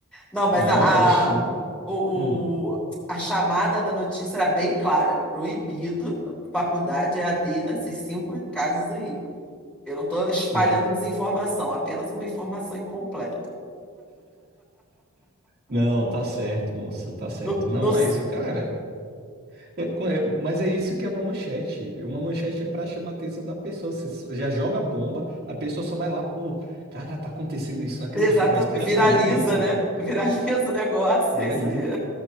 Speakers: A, in the centre; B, on the right.
A: Não, mas
B: Não,
A: a,
B: oxi.
A: a, o,
B: Hum,
A: o- a chamada da notícia era bem clara. Proibido, faculdade EAD nesses cinco casos aí. Eu não estou espalhando
B: bom.
A: desinformação, apenas uma informação incompleta.
B: Não, tá certo, moça, tá certo.
A: No,
B: Não,
A: no-
B: mas o cara. é co- é- mas é isso que é uma manchete. Uma manchete é pra chamar a atenção da pessoa. Você só- já joga a bomba, a pessoa só vai lá, pô, cara, tá acontecendo isso, não acredita,
A: exatamente.
B: vai espalhar
A: Viraliza,
B: pra meio mundo.
A: né? <laughs> Viraliza o negócio,
B: Viraliza.
A: é isso aí.